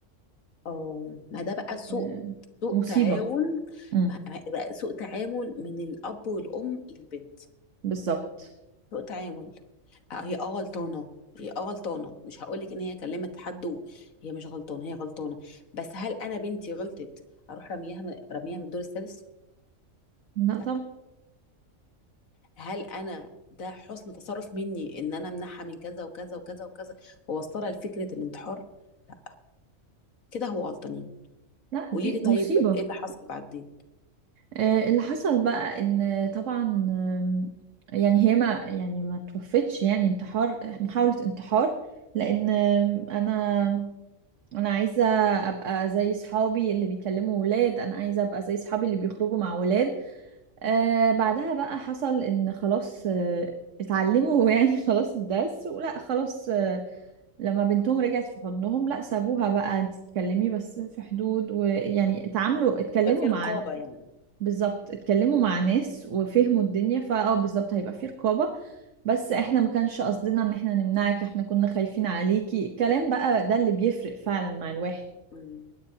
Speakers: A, on the left (about 85°); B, on the right (about 65°).
A: اه ما ده بقى سوء
B: آه،
A: سوء
B: مصيبة
A: تعاون
B: امم
A: ما- ما- بقى سوء تعامل من الأب والأم للبنت
B: بالظبط
A: سوء تعامل آه، هي اه غلطانة هي اه غلطانة مش هقولك ان هي كلمت حد وهي مش غلطانة هي غلطانة بس هل انا بنتي غلطت اروح رميها من رميها من الدور السادس
B: لا
A: لا
B: طب
A: هل انا ده حسن تصرف مني ان انا امنعها من كذا وكذا وكذا وكذا واوصلها لفكرة الانتحار لا كده هو غلطانين
B: لا
A: قولي
B: دي
A: لي طيب
B: مصيبة
A: ايه اللي حصل بعدين
B: آه، اللي حصل بقى ان طبعا آم، يعني هي ما يعني ما توفتش يعني انتحار محاولة انتحار لان آم، انا انا عايزة ابقى زي صحابي اللي بيكلموا ولاد انا عايزة ابقى زي صحابي اللي بيخرجوا مع ولاد آه بعدها بقى حصل ان خلاص آه اتعلموا <laughs> يعني خلاص الدرس ولا خلاص آه لما بنتهم رجعت في حضنهم لا سابوها بقى انت تتكلمي بس في حدود ويعني اتعاملوا اتكلموا
A: يبقى في رقابة
B: مع
A: يعني
B: بالظبط اتكلموا مع ناس وفهموا الدنيا فاه بالظبط هيبقى فيه رقابة بس احنا ما كانش قصدنا ان احنا نمنعك احنا كنا خايفين عليكي الكلام بقى ده اللي بيفرق فعلا مع الواحد
A: مم.